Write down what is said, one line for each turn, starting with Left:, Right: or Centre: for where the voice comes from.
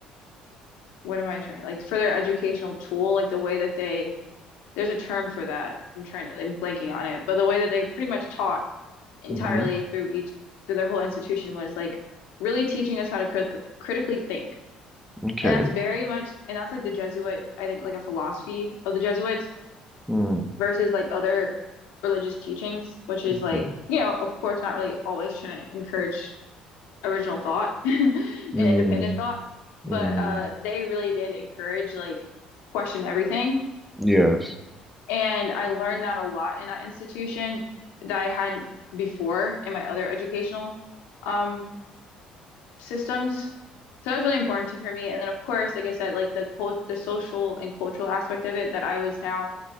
Left: what am I trying like for their educational tool, like the way that they, there's a term for that. I'm trying to, I'm blanking on it, but the way that they pretty much taught entirely
Centre: hmm
Left: through each through their whole institution was like really teaching us how to crit critically think.
Centre: Okay.
Left: And that's very much, and that's like the Jesuit, I think, like a philosophy of the Jesuits
Centre: Mm,
Left: versus like other religious teachings, which is
Centre: okay.
Left: like, you know, of course, not really always trying to encourage original thought <laughs> and
Centre: Mm,
Left: independent thought, but
Centre: mm,
Left: uh, they really did encourage like question everything.
Centre: yes.
Left: And I learned that a lot in that institution that I hadn't before in my other educational um systems. So that was really important to, for me. And then of course, like I said, like the cult the social and cultural aspect of it, that I was now